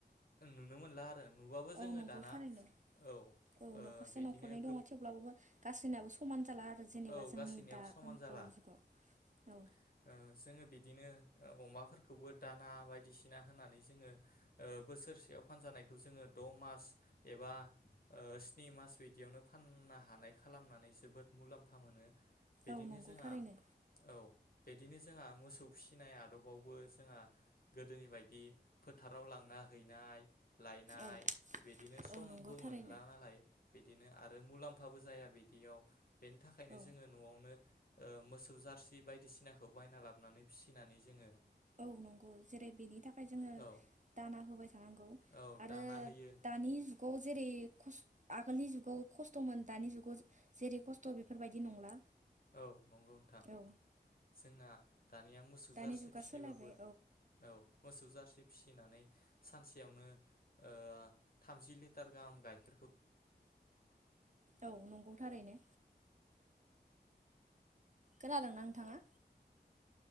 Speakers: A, on the left; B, on the right.
A: नुनो मोनला आरो नुबाबो जोङो
B: औ नंगौ
A: दाना
B: थारैनो
A: औ
B: औ
A: ओ
B: न'खरसे
A: बिदिनो
B: न'खरनै
A: गोब
B: दङ थेवब्लाबो गासैनबो समान जाला आरो जेनेबा
A: औ
B: जोंनि
A: गासैनियाबो
B: दा
A: समान
B: औ
A: जाला ओ
B: जुगाव औ
A: जोङो बिदिनो अमाफोरखौबो दाना बायदिसिना होनानै जोङो ओ बोसोरसेयाव फानजानायखौ जोङो द' मास एबा ओ स्नि ओ मास बिदियावनो फाननो हानाय खालामनानै जोबोद मुलाम फा मोनो बिदिनो
B: औ नंगौ
A: जोंहा
B: थारैनो
A: औ बिदिनो जोंहा मोसौ फिसिनाय आदबावबो जोंहा गोदोनि बायदि फोथाराव लांना हैनाय लायनाय
B: औ
A: बिदिनो समबो
B: औ नंगौ थारैनो
A: मोनला नालाय बिदिनो आरो मुलाम्फाबो जाया बिदियाव बेनि थाखायनो
B: औ
A: जोङो न'आवनो ओ मोसौ जारसि बायदिसिनाखौ बायना लाबोनानै फिसिनानै जोङो
B: औ नंगौ जेरै बेनि थाखाय जोङो
A: औ
B: दाना होबाय थानांगौ
A: औ
B: आरो
A: दाना होयो
B: दानि जुग जुगाव जेरै खस आगोलनि जुगाव खस्थ'मोन दानि जुगाव जेरै खस्थ' बेफोरबायदि नंला
A: औ नंगौ नोंथां
B: औ
A: जोंना दानिया मोसौ
B: दानि
A: जारसे
B: जुगा
A: फिसियोबाबो
B: सोलायबाय
A: औ मोसौ जारसि फिसिनानै सानसेयावनो ओ थामजि लिटार गाहाम गाइखेरखौ
B: औ नंगौ थारैनो खोनादोंना नोंथाङा